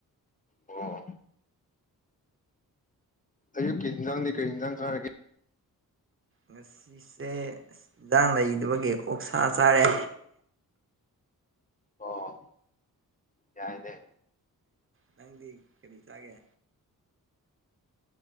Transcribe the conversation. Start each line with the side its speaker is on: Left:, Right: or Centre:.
Left: ꯑꯣ ꯑꯌꯨꯛꯀꯤ ꯏꯟꯖꯥꯡꯗꯤ ꯀꯔꯤ ꯌꯦꯟꯖꯥꯡ ꯊꯥꯔꯒꯦ
Right: ꯉꯁꯤꯁꯦ ꯏꯟꯖꯥꯡ ꯂꯩꯗꯕꯒꯤ ꯑꯣꯛꯁꯥ ꯆꯥꯔꯦ
Left: ꯑꯣ ꯌꯥꯏꯅꯦ
Right: ꯅꯪꯗꯤ ꯀꯔꯤ ꯆꯥꯒꯦ